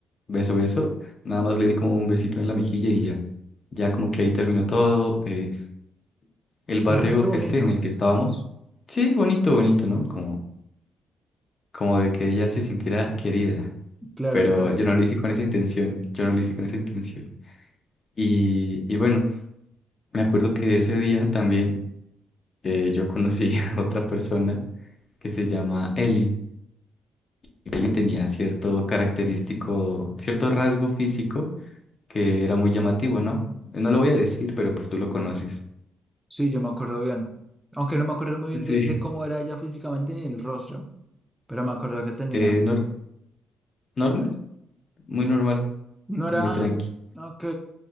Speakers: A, on the left; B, in the centre.
A: beso, beso. Nada más le di como un besito en la mejilla y ya. Ya como que ahí terminó todo. eh, el barrio
B: Un gesto bonito.
A: este en el que estábamos. Sí, bonito, bonito, ¿no? Como, como de que ella se sintiera querida.
B: Claro,
A: pero
B: claro.
A: yo no lo hice con esa intención, yo no lo hice con esa intención. Y, y bueno, me acuerdo que ese día también eh, yo conocí <laughs> a otra persona que se llama Eli. Eli tenía cierto característico, cierto rasgo físico que era muy llamativo, ¿no? No lo voy a decir, pero pues tú lo conoces.
B: Sí, yo me acuerdo bien. Aunque no me acuerdo muy bien
A: Sí.
B: de, de cómo era ella físicamente ni el rostro, pero me acuerdo que tenía.
A: Eh, nor- normal, muy normal,
B: No
A: muy
B: era...
A: tranqui.
B: Ok.